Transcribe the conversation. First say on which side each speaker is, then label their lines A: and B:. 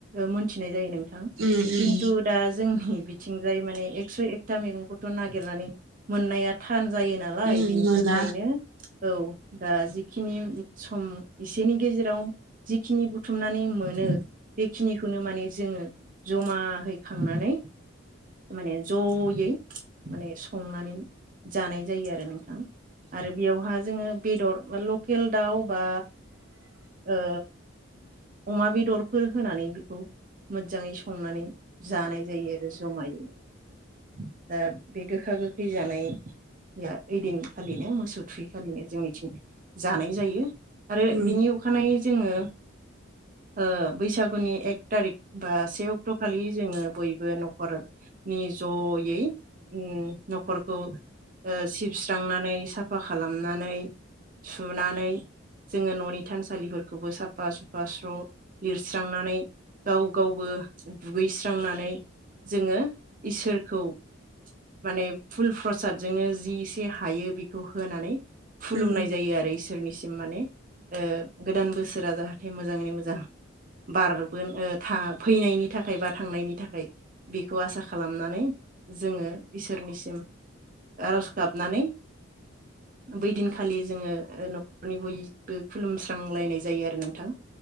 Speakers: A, on the right; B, on the right.
A: मोनथिनाय जायो नों थां
B: उम उम
A: किन्तु दा जोंनि बिथिंजाय मानानि एकस' एकथा मैगंखौथ' नागिरनानै मोननाया थान। जायो नालाय
B: उम
A: बिनि
B: मोना
A: थाखायनो औ दा खिनि सम एसेनि गेजेराव जिखिनि बुथुमनानै मोन नो बेखिनिखौनो माने जोङो जमाहैखांनानै माने जयै माने संनानै जानाय जायो आरो नोंथां। आरो बेयावहा जोङो बेदर लकेल दाउ बा ओ अमा बेदर बेदरफोर होनानै बेखौ मोजाङै संनानै जानाय जायो आरो जमायै ओ बे गोखा गोखै जानाया ओइदिनखालिनो मोसौ थुयैखालिनो जोंनिथिं जानाय जायो आरो
B: उम
A: बिनि अखानायै जोङो ओ बैसागुनि एक थारिक बा से अक्ट' खालि जोङो बयबो न'खरनि जयै ओम न'खरखौ ओ सिबस्रांनानै साफा खालामनानै सुनानै जोङो न'नि थानसालिफोरखौबो साफा सुफा स्र' लिरस्रांनानै गाव गावबो दुगैस्र स्रांनानै जोङो इसोरखौ माने फुल प्रसादजोंनो जि इसे हायो बेखौ होनानै खुलुमनाय
B: उम
A: जायो आरो इस सोरनिसिम माने गोदान बोसोरा जाहाथे मोजाङै मोजां बारबोनो थाफैनायनि थाखाय बा थांनायनि थाखाय बेखौ आसा खालामनानै जोङो इसोरनिसिम आर'ज गाबनानै बै दिनखालि जोङो न'खरनि बयबो खुलुमस्रांलायनाय जायो आरो नोंथां।